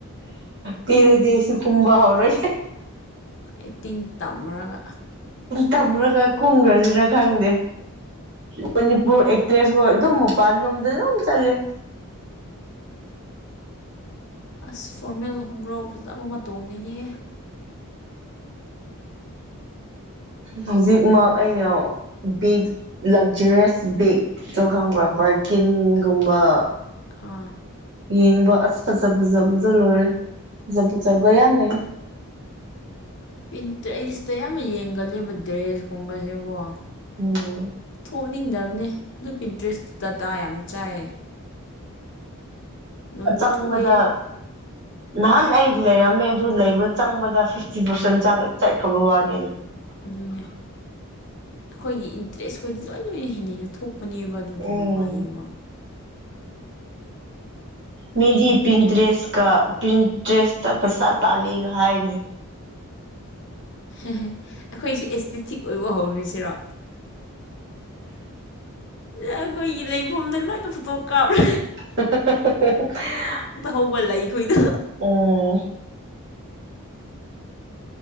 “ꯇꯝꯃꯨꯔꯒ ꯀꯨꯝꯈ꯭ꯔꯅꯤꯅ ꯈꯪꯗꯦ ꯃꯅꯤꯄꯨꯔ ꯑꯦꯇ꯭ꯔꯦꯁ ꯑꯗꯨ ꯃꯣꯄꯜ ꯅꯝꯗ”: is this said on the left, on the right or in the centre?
Right